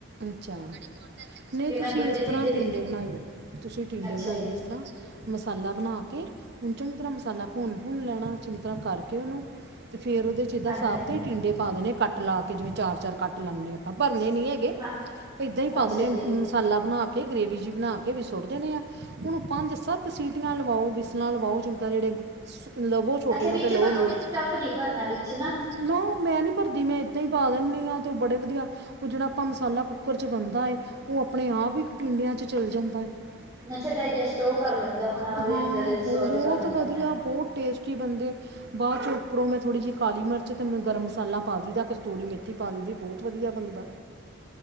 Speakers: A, on the right; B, on the right.
A: ਅੱਛਾ, ਨਈ ਤੁਸੀਂ
B: ਦੂਜੇ
A: ਇਸ
B: ਤੀਜੇ
A: ਤਰ੍ਹਾਂ ਟਿੰਡੇ
B: ਦੀ
A: ਬਣਾਇਓ। ਤੁਸੀਂ ਟੀਂਡੇ
B: ਅੱਛਾ
A: ਬਣਾਇਉ
B: ਜੀ
A: ਇਸ ਤਰ੍ਹਾਂ, ਮਸਾਲਾ ਬਣਾ ਕੇ ਓਨੂੰ ਚੰਗੀ ਤਰ੍ਹਾਂ ਮਸਾਲਾ ਭੁੰਨ ਭੁੰਨ ਲੈਣਾ ਚੰਗੀ ਤਰ੍ਹਾਂ ਕਰਕੇ ਓਨੂੰ ਤੇ ਫੇਰ ਉਦੇ ਚ ਏਦਾਂ
B: ਹਾਂਜੀ
A: ਸਾਬਤ
B: ਹਾਂਜੀ
A: ਈ ਟਿੰਡੇ ਪਾ ਦੇਣੇ ਕੱਟ ਲਾ ਕੇ ਜਿਵੇਂ ਚਾਰ-ਚਾਰ ਕੱਟ ਲਾਨੇ ਆ ਆਪਾਂ ਭਰਨੇ ਨੀ ਹੈਗੇ
B: ਹਾਂ
A: ਏਦਾਂ ਈ
B: ਅੱਛਾ
A: ਪਾ ਦੇਣੇ ਹ
B: ਜੀ
A: ਮਸਾਲਾ ਬਣਾ ਕੇ ਗ੍ਰੇਵੀ ਜੀ ਬਣਾ ਕੇ ਵਿਚ ਸੁੱਟ ਦੇਣੇ ਆ ਓਨੂੰ ਪੰਜ-ਸੱਤ ਸੀਟੀਆਂ ਲਵਾਓ, ਬਿਸਲਾਂ ਲਵਾਓ ਚੰ ਤਾਂ ਜੇੜੇ ਲਵੋ ਛੋਟੇ-ਛੋਟੇ
B: ਅੱਛਾ ਵਿੱਚ
A: ਲਵੋ, ਲੋਈ
B: ਉਹਦੇ ਸਟੱਫ ਨਹੀਂ ਭਰਨਾ ਵਿੱਚ
A: ਨਾ ਮੈਂ ਨੀ ਭਰਦੀ ਮੈਂ ਇੱਦਾਂ ਈ ਪਾ ਦਿੰਨੀ ਆ ਤੇ ਉਹ ਬੜੇ ਵਧੀਆ ਉਹ ਜਿਹੜਾ ਆਪਾਂ ਮਸਾਲਾ ਕੁੱਕਰ 'ਚ ਬਣਦਾ ਏ ਐ ਆਪਣੇ ਆਪ ਇੱਕ ਟਿੰਡਿਆ 'ਚ ਚੱਲ ਜਾਂਦਾ ਏ। <unintelligible>
B: ਅੱਛਾ ਡਾਇਜੈਸਟ ਉਹ ਕਰ ਲੈਂਦਾ ਹੁਣ ਆਪਦੇ
A: ਹਾਂ
B: ਅੰਦਰ ਰਿਸੋਰਸ
A: ਬਹੁਤ
B: ਕਰ ਲੈਂਦਾ
A: ਵਧੀਆ
B: ਹੋਣਾ
A: ਬਹੁਤ ਟੇਸਟੀ ਬਣਦੇ ਬਾਅਦ ਚੋਂ ਉਪਰੋਂ ਮੈਂ ਥੋੜੀ ਜਿਹੀ ਕਾਲੀ ਮਿਰਚ ਤੇ ਮੈ ਗਰਮ ਮਸਾਲਾ ਪਾ ਦਈ ਦਾ ਕਸਤੂਰੀ ਮੇਥੀ ਪਾ ਦਈ ਦੀ ਬਹੁਤ ਵਧੀਆ ਬਨਦਾ।